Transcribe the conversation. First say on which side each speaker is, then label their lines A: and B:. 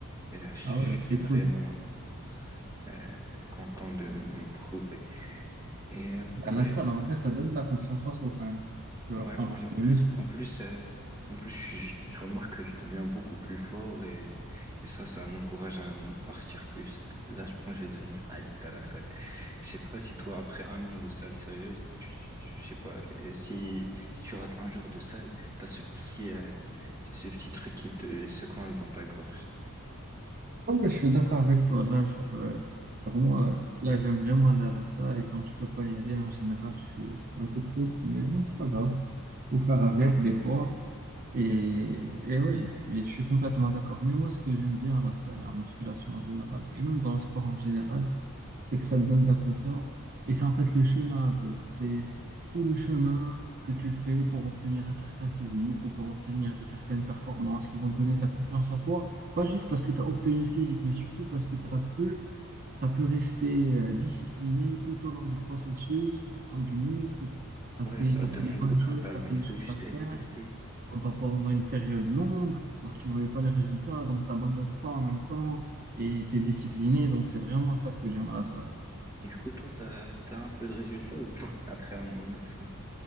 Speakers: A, on the right; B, on the right.
A: et euh, je
B: Ah
A: je
B: ouais, c'est
A: suis vraiment
B: cool.
A: euh, content de mon progrès. Et euh,
B: Ben,
A: ouais,
B: la salle, en vrai, ça donne de la confiance en soi quand même. Genre,
A: Ouais,
B: quand
A: voilà.
B: tu te muscles.
A: En plus, euh, en plus, je, je- je remarque que je deviens beaucoup plus fort et, et ça, ça m'encourage à m- partir plus. Là, je pense que je vais devenir addict à la salle. Je sais pas si toi, après un an de salle sérieuse, tu, tu- je sais pas, euh, si, si tu rates un jour de salle, t'as ce petit, euh, ce petit truc qui te se coince dans ta gorge.
B: Ouais, je suis d'accord avec toi. Là, genre, euh, genre, moi, euh, là, j'aime vraiment aller à la salle et quand je peux pas y aller, en général, je suis, je suis un peu triste, mais bon, c'est pas grave. Faut faire avec des fois. Et, et oui, mais je suis complètement d'accord. Mais moi, ce que j'aime bien à la salle, en musculation en général, et même dans le sport en général, c'est que ça te donne de la confiance. Et c'est en fait le chemin un peu. C'est tout le chemin que tu fais pour obtenir un certain physique ou pour obtenir de certaines performances qui vont te donner de la confiance en toi. Pas juste parce que tu as obtenu le physique, mais surtout parce que tu as pu, t'as pu rester euh, discipliné tout au long du processus pour prendre du muscle. Tu as
A: Ouais,
B: fait,
A: ça
B: tu
A: demande
B: fait les bonnes
A: aucun
B: choses,
A: talent.
B: tu as fait
A: Il
B: les
A: faut
B: choses
A: juste
B: à faire
A: eh, rester.
B: pendant, pendant une période longue, alors que tu voyais pas les résultats, donc t'abandonnes pas en même temps et t'es discipliné. Donc c'est vraiment ça que j'aime à la salle en fait.
A: Et du coup, toi, t'as, t'as un peu de résultat ou pas <laughs> après un an de salle?